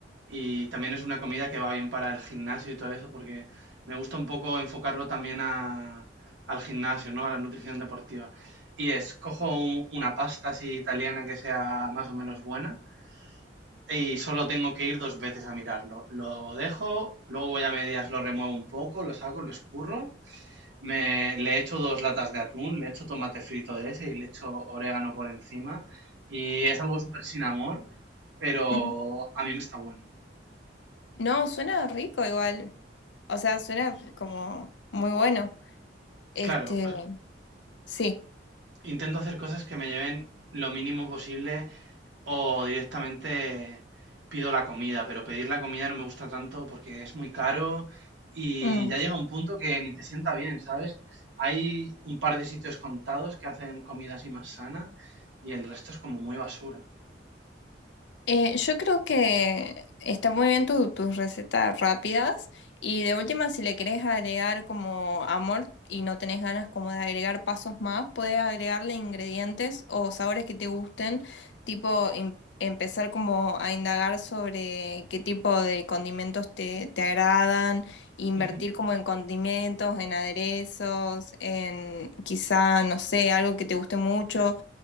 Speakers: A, on the right; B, on the left.
A: Y también es una comida que va bien para el gimnasio y todo eso, porque me gusta un poco enfocarlo también a- al gimnasio, ¿no? A la nutrición deportiva. Y es, cojo un- una pasta así italiana que sea más o menos buena y solo tengo que ir dos veces a mirarlo. Lo dejo, luego voy a medias, lo remuevo un poco, lo saco, lo escurro, me, le echo dos latas de atún, le echo tomate frito de ese y le echo orégano por encima. Y es algo súper sin amor, pero
B: <laughs>
A: a mí me está bueno.
B: No, suena rico igual. O sea, suena como muy bueno. Este,
A: Claro, o sea,
B: sí.
A: intento hacer cosas que me lleven lo mínimo posible O directamente pido la comida, pero pedir la comida no me gusta tanto porque es muy caro y
B: Mm.
A: ya llega un punto que ni te sienta bien, ¿sabes? Hay un par de sitios contados que hacen comida así más sana y el resto es como muy basura.
B: Eh, yo creo que está muy bien tu- tus recetas rápidas y de última si le querés agregar como amor y no tenés ganas como de agregar pasos más, podés agregarle ingredientes o sabores que te gusten, tipo em- empezar como a indagar sobre qué tipo de condimentos te, te agradan, invertir
A: Ujú,
B: como en condimentos, en aderezos, en quizá, no sé, algo que te guste mucho